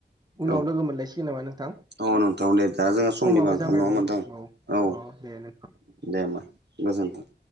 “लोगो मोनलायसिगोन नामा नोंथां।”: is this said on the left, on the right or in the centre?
Right